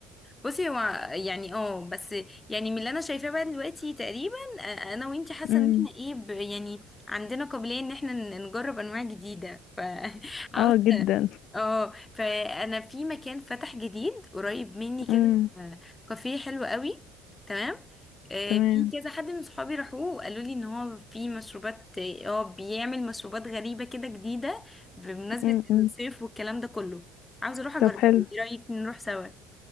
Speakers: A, on the left; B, on the left.
A: بصي هو يعني اه بس يعني من اللي انا شايفاه بقى دلوقتي تقريبا آه، انا وانتي حاسه
B: امم
A: ان احنا ايه ب- يعني عندنا قابليه ان احنا ن- نجرب انواع جديده فعاوزه
B: اه
A: <laughs>
B: جدا
A: اه فانا في مكان فتح جديد قريب مني كده
B: امم
A: آه، كافيه حلو قوي تمام آه،
B: تمام
A: في كذا حد من صحابي راحوه وقالوا لي ان هو في مشروبات اه بيعمل مشروبات غريبه كده جديده بمناسبه
B: امم
A: الصيف والكلام ده كله عاوزه اروح اجربه
B: طب حلو
A: ايه رايك نروح سوا